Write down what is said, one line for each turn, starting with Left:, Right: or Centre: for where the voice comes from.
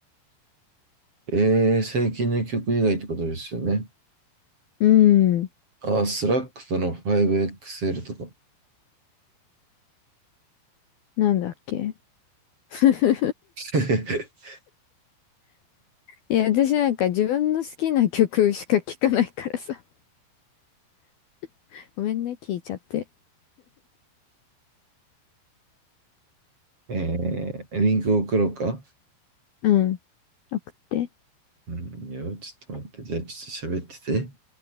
Right: えー、最近の曲以外ってことですよね。
Left: うーん。
Right: ああ、スラックとの 5XL とか。
Left: なんだっけ <laughs>
Right: <laughs>
Left: いや、私なんか自分の好きな曲しか聞かないからさ。<laughs> ごめんね、聞いちゃって。
Right: えー、リンク送ろうか
Left: うん。送って。
Right: うんよ、ちょっと待って。じゃあ、ちょっと喋ってて。